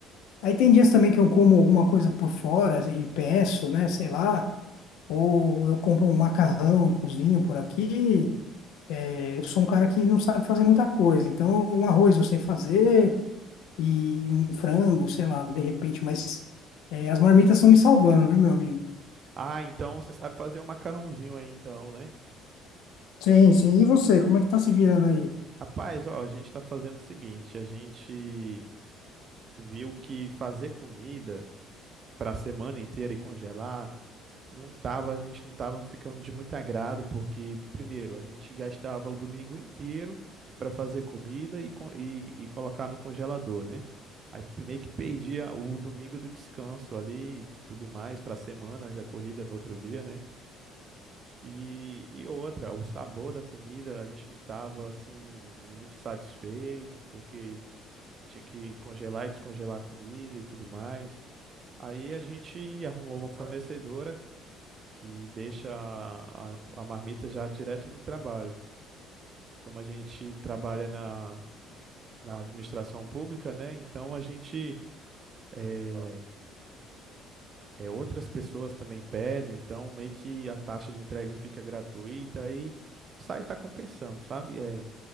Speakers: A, on the left (about 65°); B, on the right (about 40°).
A: aí tem dias também que eu como alguma coisa por fora e peço, né, sei lá, ou eu compro um macarrão e cozinho por aqui. Eu sou um cara que não sabe fazer muita coisa. Então, um arroz eu sei fazer e um frango, sei lá, de repente, mas é, as marmitas estão me salvando, viu, meu amigo?
B: Ah, então você sabe fazer um macarrãozinho aí, então, né?
A: Sim, sim. E você, como é que tá se virando aí?
B: Rapaz, ó, a gente tá fazendo o seguinte: a gente viu que fazer comida pra semana inteira e congelar não tava, a gente não tava ficando de muito agrado, porque, primeiro, a gente gastava o domingo inteiro para fazer comida e, co- e, e colocar no congelador, né? Aí meio que perdia o domingo do descanso ali e tudo mais para a semana, já corrida no outro dia, né? E, e outra, o sabor da comida, a gente não estava assim muito satisfeito, porque tinha que congelar e descongelar a comida e tudo mais. Aí a gente arrumou uma fornecedora que deixa a, a, a marmita já direto no trabalho. Como a gente trabalha na, na administração pública, né? Então a gente é, é, outras pessoas também pedem, então meio que a taxa de entrega fica gratuita aí sai tá compensando, sabe? É,